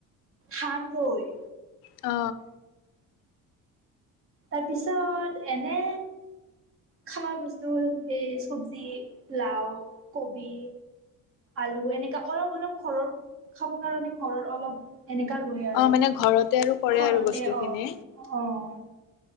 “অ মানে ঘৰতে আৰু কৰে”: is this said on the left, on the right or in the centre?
Left